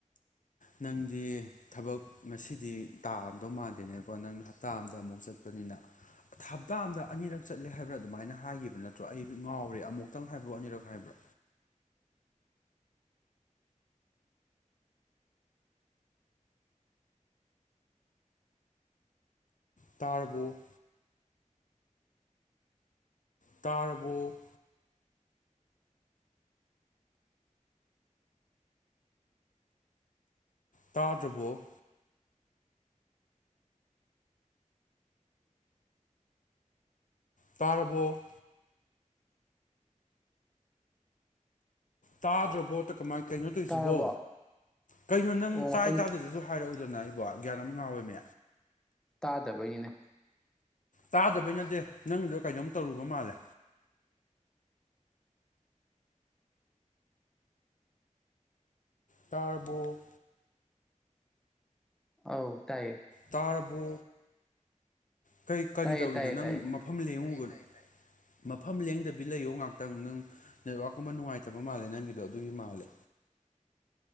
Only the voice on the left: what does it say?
ꯅꯪꯗꯤ ꯊꯕꯛ ꯉꯁꯤꯗꯤ ꯇꯥꯗꯧ ꯃꯥꯟꯗꯦꯅꯦꯕꯀꯣ ꯅꯪ ꯍꯞꯇꯥ ꯑꯃꯗ ꯑꯃꯨꯛ ꯆꯠꯄꯅꯤꯅ ꯍꯞꯇꯥ ꯑꯃꯗ ꯑꯅꯤꯔꯛ ꯆꯠꯂꯦ ꯍꯥꯏꯕ꯭ꯔꯥ ꯑꯗꯨꯃꯥꯏꯅ ꯍꯥꯏꯈꯤꯕ ꯅꯠꯇ꯭ꯔꯣ ꯑꯩ ꯉꯥꯎꯔꯦ ꯑꯃꯨꯛꯇꯪ ꯍꯥꯏꯕ꯭ꯔꯣ ꯑꯅꯤꯔꯛ ꯍꯥꯏꯕ꯭ꯔꯥ ꯇꯥꯔꯕꯣ ꯇꯥꯔꯕꯣ ꯇꯥꯗ꯭ꯔꯕꯣ ꯇꯥꯔꯕꯣ ꯇꯥꯗ꯭ꯔꯕꯣ ꯀꯃꯥꯏꯅ ꯀꯩꯅꯣ ꯇꯧꯔꯤꯁꯤꯕꯣ
ꯀꯩꯅꯣ ꯅꯪ
ꯇꯥꯏ ꯇꯥꯗꯦꯗꯁꯨ ꯍꯥꯏꯔꯛꯎꯗꯅ ꯑꯩꯕꯣ ꯒ꯭ꯌꯥꯟ ꯑꯃ ꯉꯥꯎꯋꯦꯃꯦ
ꯇꯥꯗꯕꯩ ꯅꯠꯇꯦ ꯅꯪꯗꯣ ꯀꯩꯅꯣꯝ ꯇꯧꯔꯨꯕ ꯃꯥꯜꯂꯦ ꯇꯥꯔꯕꯣ
ꯇꯥꯔꯕꯣ ꯀꯔꯤ ꯀꯔꯤ
ꯇꯧꯔꯤꯅꯣ
ꯅꯪ
ꯃꯐꯝ ꯂꯦꯡꯉꯨꯕ꯭ꯔꯣ ꯃꯐꯝ ꯂꯦꯡꯗꯕꯤ ꯂꯩꯌꯣ ꯉꯍꯥꯛꯇꯪ ꯅꯪ ꯅꯦꯠꯋꯥꯛꯀꯨꯝꯕ ꯅꯨꯡꯉꯥꯏꯇꯕ ꯃꯥꯜꯂꯦ ꯅꯪꯒꯤꯗꯣ ꯑꯗꯨꯒꯤ ꯃꯥꯜꯂꯦ